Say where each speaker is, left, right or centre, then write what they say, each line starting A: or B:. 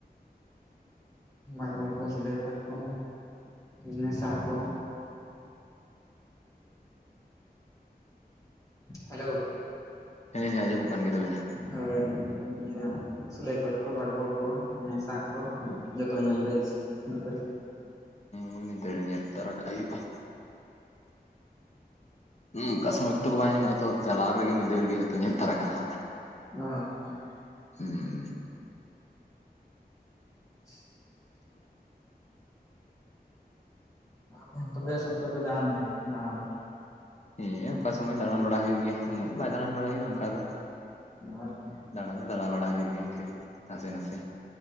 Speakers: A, on the left; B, on the left.
A: ᱵᱟᱸᱜᱽᱵᱚᱲ ᱠᱚ, ᱥᱩᱞᱟᱹᱭ ᱯᱟᱴ ᱠᱚ, ᱱᱮᱥᱟ ᱠᱚ᱾ ᱦᱮᱞᱳ᱾
B: ᱦᱮᱸ ᱦᱮᱸ ᱟᱸᱡᱚᱢᱚᱜ ᱠᱟᱱ ᱜᱮ ᱛᱟᱵᱤᱱᱟ᱾
A: ᱦᱳᱭ ᱤᱭᱟᱹ ᱥᱩᱞᱟᱹᱭ ᱯᱟᱴ ᱠᱚ, ᱵᱟᱜᱽᱵᱚᱲ ᱠᱚ᱾ ᱠᱚ ᱱᱮᱥᱟ ᱠᱚ ᱡᱚᱛᱚ ᱧᱮᱞ ᱫᱮᱡ ᱦᱤᱡᱩᱜ ᱯᱮ᱾
B: ᱦᱮᱸ ᱢᱤᱫ ᱫᱷᱟᱣ ᱨᱮ ᱧᱮᱞ ᱛᱟᱨᱟ ᱠᱟᱜ ᱦᱩᱭᱩᱜᱼᱟ, ᱦᱩᱸ ᱠᱟᱥᱟ ᱢᱟᱜᱛᱚᱜ ᱵᱟᱭ ᱧᱟᱢᱚᱜ ᱟᱛᱚ᱾ ᱪᱟᱞᱟᱣ ᱨᱮᱜᱮ ᱢᱤᱫ ᱫᱷᱟᱹᱣ ᱨᱮᱜᱮ ᱡᱚᱛᱚ ᱧᱮᱞ ᱛᱟᱨᱟ ᱠᱟᱜ ᱢᱟ᱾
A: <unintelligible>
B: ᱩᱸᱻ
A: <inaudible> ᱟᱯᱮ ᱦᱚᱸ ᱛᱚᱵᱮ ᱥᱚᱠᱛᱚ ᱯᱮ ᱫᱟᱬᱟᱱ ᱜᱮᱭᱟ ᱫᱟᱬᱟ ᱫᱚ᱾
B: ᱦᱮᱸ ᱚᱠᱟ ᱥᱚᱢᱚᱭ ᱫᱟᱬᱟᱱ ᱵᱟᱲᱟᱭ ᱦᱩᱭᱩᱜ ᱜᱮᱭᱟ, ᱩᱱᱟᱹᱜ ᱵᱟᱭ ᱫᱟᱬᱟᱱ ᱵᱟᱲᱟᱭ ᱦᱩᱭᱩᱜᱼᱟ ᱚᱱᱠᱟ ᱫᱚ᱾
A: <unintelligible>
B: ᱫᱟᱬᱟᱱ ᱫᱚ ᱫᱟᱬᱟ ᱵᱟᱲᱟᱭ ᱦᱩᱭᱩᱜ ᱜᱮᱭᱟ ᱤᱱᱠᱟᱹ ᱱᱟᱥᱮ ᱱᱟᱥᱮ᱾